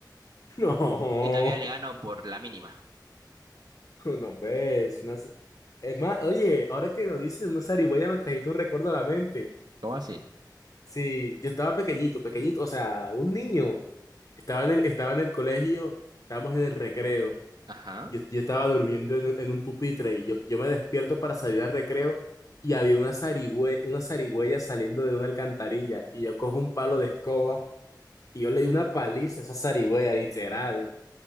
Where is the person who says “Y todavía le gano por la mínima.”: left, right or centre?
Right